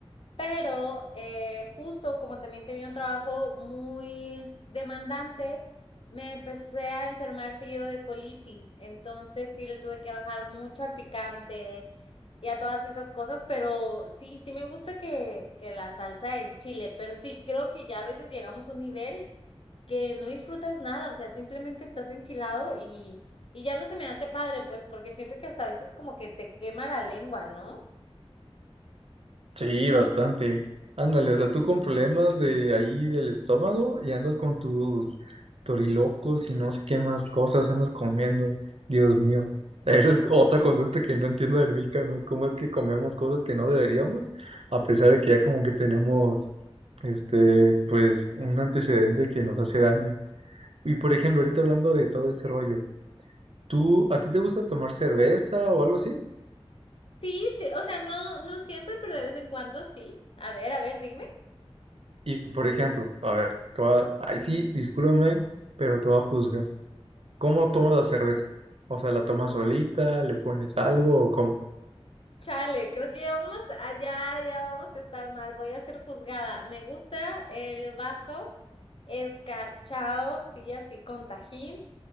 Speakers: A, on the left; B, on the right.
A: Pero eh, justo como también tenía un trabajo muy demandante, me empecé a enfermar seguido de colitis. Entonces sí le tuve que bajar mucho al picante y a todas esas cosas. Pero sí, sí me gusta que, que la salsa en chile. Pero sí, creo que ya a veces llegamos a un nivel que no disfrutas nada. O sea, simplemente estás enchilado y, y ya no se me hace padre, pues porque siento que hasta a veces como que te quema la lengua, ¿no?
B: Sí, bastante. Ándale, o sea, tú con problemas de ahí del estómago y andas con tus torilocos y no sé qué más cosas andas comiendo. Dios mío. Esa es otra conducta que no entiendo del mexicano. ¿Cómo es que comemos cosas que no deberíamos? A pesar de que ya como que tenemos, este, pues, un antecedente que nos hace daño. Y por ejemplo, ahorita hablando de todo ese rollo, ¿tú, a ti te gusta tomar cerveza o algo así?
A: Sí, sí, o sea, no, no siempre, pero de vez en cuando sí. A ver, a ver, dime.
B: Y por ejemplo, a ver, te va- ay sí, discúlpame, pero te voy a juzgar. ¿Cómo tomas la cerveza? O sea, ¿la tomas solita? ¿Le pones algo o cómo?
A: Chale, creo que ya vamos allá, ya vamos a estar mal. Voy a ser juzgada. Me gusta el vaso escarchado, sí, así con tajín.